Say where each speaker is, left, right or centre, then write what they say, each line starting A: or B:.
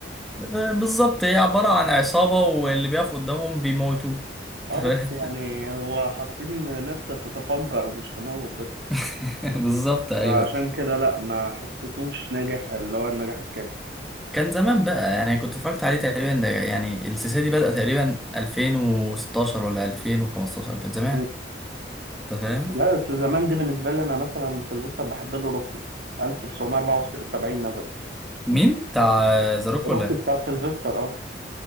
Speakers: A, in the centre; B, on the right.
A: آه، بالظبط هي عبارة عن عصابة واللي بيقف قدامهم بيموتوه أنت
B: اه بس
A: فاهم؟
B: يعني هو حاطين ناس تف- تفجر مش تموت بس
A: <laughs> بالظبط ايوه
B: فعشان كده لا ما حسيتوش ناجح اللي هو النجاح الكافي
A: كان زمان بقى يعني كنت اتفرجت عليه تقريبا ده يعني السلسله دي بدأت تقريبا 2016 ولا 2015 كانت زمان
B: مم.
A: انت فاهم
B: لا بس زمان دي بالنسبة لي انا مثلا سيلفستر بحب له روكي 1974 نزل
A: مين بتاع ذا روك
B: روكي
A: ولا إيه؟
B: بتاع سيلفستر اه.